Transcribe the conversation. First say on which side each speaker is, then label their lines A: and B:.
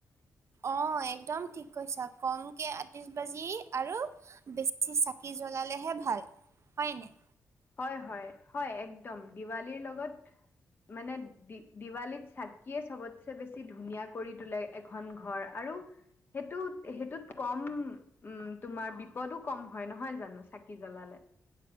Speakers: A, on the right (about 55°); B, on the left (about 40°).
A: অ, একদম ঠিক কৈছা, কমকৈ আঠ্ৰিছ বাজি আৰু বেছি চাকি জ্বলালেহে ভাল হয় ন।
B: হয়, হয়, হয়, একদম দিৱালীৰ লগত মানে দি-দিৱালীত চাকিয়ে চবতছে বেছি ধুনীয়া কৰি তোলে। এখন ঘৰ আৰু সেইটো-সেইটোত কম উম, তোমাৰ বিপদো কম হয়, নহয়, জানো চাকি জ্বলালে।